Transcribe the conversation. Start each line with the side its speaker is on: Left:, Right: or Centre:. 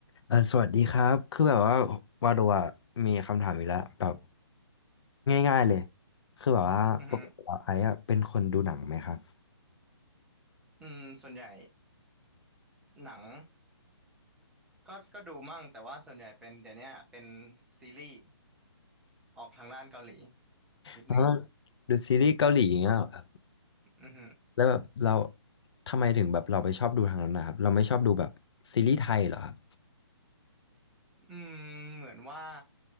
Left: เออสวัสดีครับคือแบบว่าวาโดะมีคำถามอีกแล้วแบบง่ายๆเลยคือแบบว่าปกติเราไอซ์อะเป็นคนดูหนังไหมครับ
Centre: อือฮึอืมส่วนใหญ่หนังก็ก็ดูมั่งแต่ว่าส่วนใหญ่เป็นเดี๋ยวเนี้ยเป็นซีรีส์ออกทางด้านเกาหลีนิดหนึ่ง
Left: เออดูซีรีส์เกาหลีอย่างเงี้ยเหรอครับ
Centre: อือฮึ
Left: แล้วแบบเราทำไมถึงแบบเราไปชอบดูทางนั้นนะครับเราไม่ชอบดูแบบซีรีส์ไทยเหรอครับ
Centre: อืมเหมือนว่า